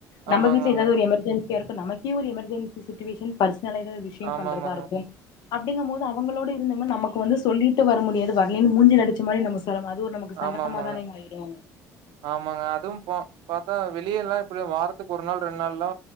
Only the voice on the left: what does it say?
நம்ம
வீட்ல
எதாவ்து ஒரு எமர்ஜென் சியாருக்கு நமேக்கே ஒரு எமர்ஜென்சி சிட்ச்சுவேஷன் பர்ஸ்னலா எதோ விஷ்யோ
பண்றதா இருக்கு அப்டிங்கபோது அவுங்களோடு இருந்தே நமக்கு வந்து சொல்லிட்டு வர முடியாது வரலன்னனு மூஞ்சில அடிச்ச மாரி நம்ம சொல்லம அது ஒரு நமக்கு சங்கட்டமா
தானேங்க ஆயிரு